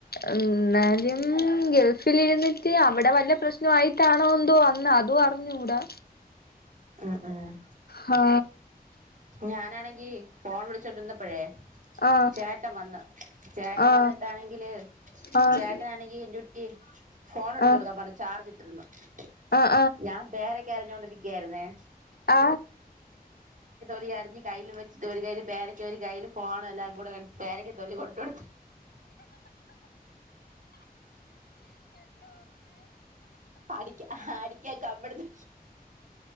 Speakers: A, on the left; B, on the right.
A: എന്നാലും ഗൾഫിലിര്ന്നിട്ട് അവിടെ വല്ല പ്രശ്ണോ ആയിട്ടാണോ എന്തോ വന്ന് അതു അർഞ്ഞുകൂടാ
B: ഉം ഉം
A: ഹാ
B: ഞാനാണെങ്കി ഫോൺ <unintelligible>
A: ആഹ്
B: ചേട്ടൻ വന്ന് ചേട്ടൻ
A: ആഹ്
B: വന്നിട്ടാണെങ്കില്
A: ആഹ്
B: ചേട്ടനാണെങ്കി എന്റെട് ഏ ഫോൺ എടുത്ത്
A: ആഹ്
B: കൊടുക്കാം പറഞ്ഞ് ചാർജ് <unintelligible>
A: ആഹ്
B: ഞാൻ കറി ക്ക് അരിഞ്ഞോണ്ട് ഇരിക്കുവായിരുന്നേ
A: ആ
B: രി അരിഞ്ഞ് കയ്യിൽ വ ത് ഒരു കയ്യില് പേര ക്ക ഒരു കയ്യില് ഫോണ് എല്ലാം കൂടെ ഞാൻ പേരക്ക തൊലി കൊണ്ടെകൊടുത്തു അടിക്ക അടിക്കാൻ കമ്പെടുത്തു